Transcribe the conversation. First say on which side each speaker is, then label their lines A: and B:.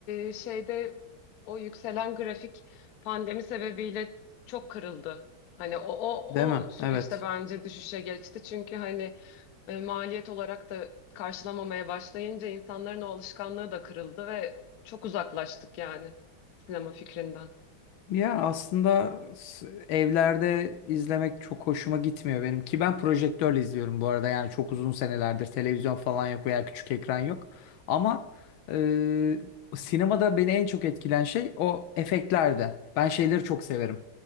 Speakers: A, on the left (about 60°); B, on the left (about 75°).
A: e, şeyde o yükselen grafik pandemi sebebiyle çok kırıldı. Hani o, o,
B: Değil mi?
A: o süreçte
B: Evet.
A: bence düşüşe geçti çünkü hani e, maliyet olarak da karşılamamaya başlayınca insanların o alışkanlığı da kırıldı ve çok uzaklaştık yani sinema fikrinden.
B: Yani aslında s- evlerde izlemek çok hoşuma gitmiyor benim ki ben projektörle izliyorum bu arada yani çok uzun senelerdir televizyon falan yok veya küçük ekran yok ama e, sinemada beni en çok etkilen şey o efektlerde ben şeyleri çok severim